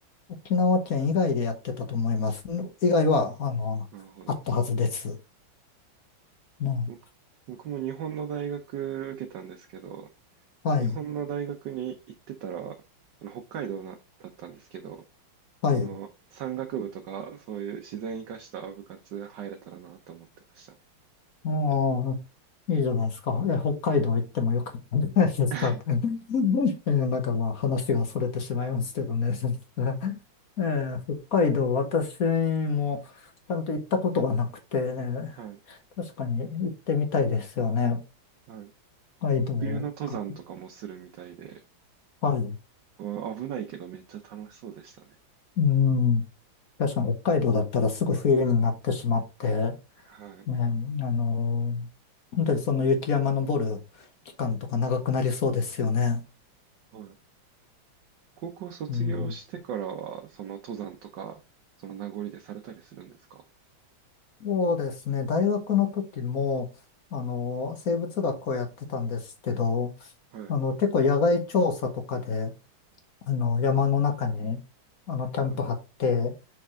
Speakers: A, on the left; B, on the right.
A: 沖縄県以外でやってたと思います。以外は、あの、
B: なるほど。
A: あったはずです。な
B: 僕、僕も日本の大学受けたんですけど、
A: はい、
B: 日本の大学に行ってたら、あの北海道なだったんですけど、
A: はい。
B: あの、山岳部とか、そういう自然生かした部活入れたらなと思ってました。
A: ああ、いいじゃないですか。え、北海道行ってもよかったんじゃないですかって。
B: <laughs>
A: <laughs> えーなんかまあ話が逸れてしまいますけどね。<laughs> えー北海道、私もちゃんと行ったことがなくてね、
B: はい、
A: 確かに行ってみたいですよね。
B: はい。
A: 北海道か。
B: 冬の登山とかもするみたいで、
A: はい。
B: わ危ないけどめっちゃ楽しそうでしたね。
A: うん。確かに北海道だったらすぐ冬になってしまって、
B: はい、
A: ね、あの本当にその雪山登る期間とか長くなりそうですよね。
B: はい。高校卒業してからは、
A: うん。
B: その登山とか、その名残でされたりするんですか
A: そうですね。大学の時も、あの生物学をやってたんですけど、
B: はい、
A: あの、結構野外調査とかで、あの、山の中に、あの、キャンプ張って、
B: はい。